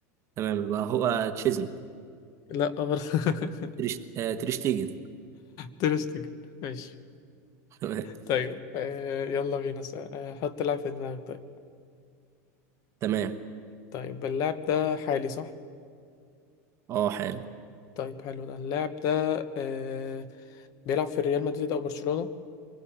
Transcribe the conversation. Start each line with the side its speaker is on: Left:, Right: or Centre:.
Right: تمام يبقى هو تشيزني
Left: لا برضه <laughs>
Right: تريش آه تريشتيجن
Left: ترستج ماشي
Right: <laughs> تمام
Left: طيب إيه يلا بينا س- آه، حط لاعب في دماغك طيب
Right: تمام.
Left: طيب اللاعب ده حالي صح
Right: اه حارس
Left: طيب حلو ده اللاعب ده إيه بيلعب في ريال مدريد او برشلونة